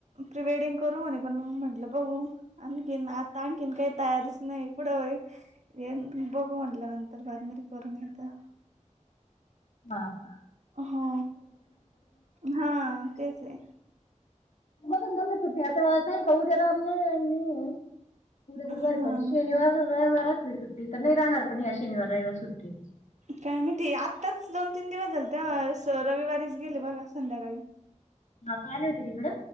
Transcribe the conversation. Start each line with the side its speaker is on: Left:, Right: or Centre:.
Right: फ्री वेडिंग करू म्हणे पण मग म्हटलं बघू आणखीन आता आणखीन नाही तयारीचं नाही <inaudible> ये बघू म्हटलं नंतर बादमध्ये करू नाही तर
Left: हा हा
Right: हा हा तेच हाय
Left: असलं त्यांना सुट्टी आता उद्या राम नवमी आहे उद्या गुरुवारी
Right: हा
Left: पण शनिवार रविवार असली सुट्टी तर नाही राहणार पण ह्या शनिवार रविवारी सुट्टी
Right: काय माहिती आत्ताच दोन तीन दिवस झालत रविवारीच गेले बघा संध्याकाळी
Left: हा का आले होते तिकडे